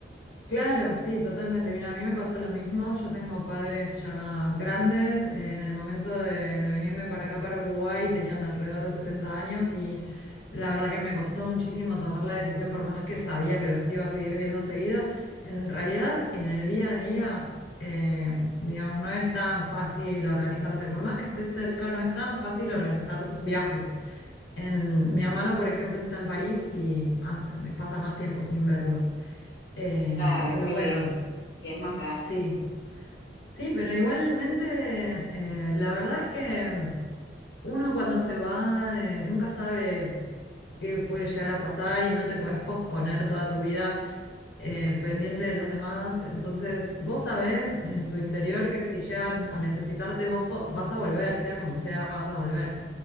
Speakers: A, on the left (about 85°); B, on the left (about 65°).
A: claro, sí, totalmente. Mira, a mí me pasó lo mismo. Yo tengo padres ya grandes. En el momento de, de venirme para acá, para Uruguay, tenían alrededor de 70 años y la verdad que me costó muchísimo tomar la decisión, por más que sabía que los iba a seguir viendo seguido. En realidad, en el día a día, eh, digamos, no es tan fácil organizarse. Por más que estés cerca, no es tan fácil organizar viajes. En- mi hermano, por ejemplo, está en París y hace- me pasa más tiempo sin verlos. Eh,
B: Claro, es
A: pero
B: muy
A: bueno,
B: lejos que es más gasto.
A: sí, sí, pero igualmente eh, la verdad es que mm, uno cuando se va eh, nunca sabe qué puede llegar a pasar y no te puedes posponer toda tu vida eh, pendiente de los demás. Entonces, vos sabés en tu interior que si llegan a necesitarte, vos po- vas a volver, sea como sea, vas a volver.